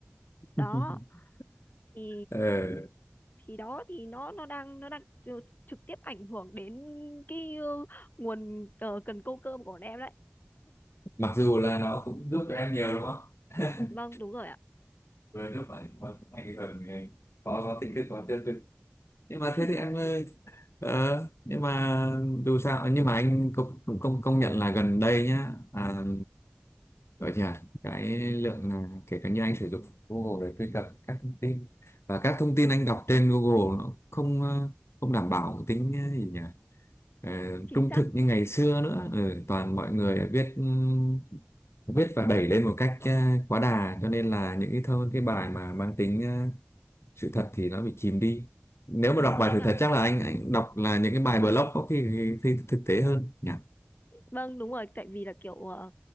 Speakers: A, on the left; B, on the left.
A: <laughs>
B: đó thì
A: Ờ,
B: thì đó thì nó nó đang nó đang tr- trực tiếp ảnh hưởng đến cái ờ, nguồn ờ, cần câu cơm của bọn em đấy
A: mặc dù là nó cũng giúp cho em nhiều đúng không <laughs>
B: vâng đúng rồi ạ
A: vừa giúp ảnh mà cũng ảnh hưởng người có có tích cực có tiêu cực nhưng mà
B: <laughs>
A: thế thì em ơi ờ, nhưng mà dù sao nhưng mà anh cũng cũng công công nhận là gần đây nhá à, gọi gì à cái lượng là kể cả như anh sử dụng Google để truy cập các thông tin và các thông
B: vâng
A: tin anh đọc trên Google nó không ờ, không đảm bảo tính ờ, gì nhỉ ờ,
B: chính
A: trung
B: xác
A: thực như ngày xưa nữa ừ, toàn mọi người viết ừm, viết và đẩy lên một cách ờ, quá đà cho nên là những cái thơ cái bài mà mang tính ờ, sự thật thì nó bị chìm đi nếu mà
B: đúng
A: đọc
B: rồi
A: bài
B: anh
A: sự
B: ạ
A: thật chắc là anh anh đọc là những cái bài blog có khi, khi thực tế hơn nhỉ
B: vâng đúng rồi tại vì là kiểu ờ,